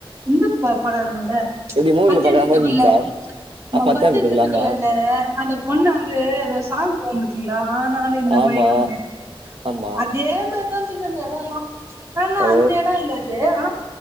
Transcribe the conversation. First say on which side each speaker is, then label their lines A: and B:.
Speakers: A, on the right; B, on the right.
A: இந்த ப படோ இரு ல்ல
B: எப்டி மூவில
A: பத்தென்றதுகுள்ள
B: பாக்குற மாரி இருந்துச்சா
A: மா
B: பத்தாண்டுத்துக்குலாமா
A: பத்தென்றதுகுள்ள இல்ல அந்த ஒன்னவந்து ஏதோ சாங் போங்குது திங்ளா ஆனாலு இந்த
B: ஆமா
A: மைகம் நேத்
B: ஆமா
A: அதே மாரிதா சொன்னாங்க அந்தெடொலா ஆனா
B: ஓ
A: அந்த எடோ இல்லது ஆனா